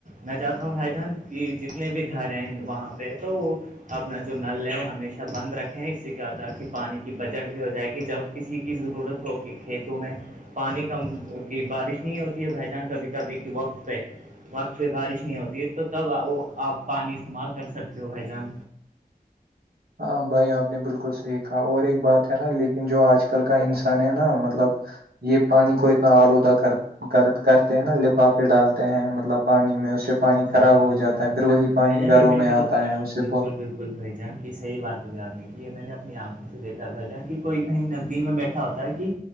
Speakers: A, on the right (about 55°); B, on the right (about 75°).
A: میں چاہتا ہوں بھائی جان کہ جتنے بھی گھر ہیں وہاں پہ تو وہ اپنا جو نل ہے وہ ہمیشہ بند رکھے ج سے کیا تھا کہ پانی کی بجٹ بھی ہو جائے گی جب کسی کی ضرورت ہو کہ کھیتوں میں پانی کم کی بارش نہیں ہوتی ہے بھائی جان کبھی کبھی کہ وقت پہ وقت پہ بارش نہیں ہوتی ہے تو تب وہ آپ پانی استعمال کر سکتے ہو بھائی جان
B: ہاں بھائی آپ نے بالکل صحیح کہا اور ایک بات ہے نا لیکن جو آج کل کا انسان ہے نا مطلب یہ پانی کو اتنا آلودہ کر کر کرتے ہیں نا لپافے ڈالتے ہیں مطلب پانی میں اسے پانی
A: جی
B: خراب
A: جی بھائی
B: ہو جاتا
A: جان
B: ہے پھر وہی پانی
A: بھائی جان
B: گھروں
A: یہ
B: میں
A: نے تو
B: آتا ہے اسے
A: بالکل
B: بہت
A: بالکل بھائی جان کی صحی بات بولی آپ نے کہ یہ میں نے اپنی آنکھوں سے دیکھا بھ جان کی کوئی کہیں ندی میں بیٹھے ہوتا کہ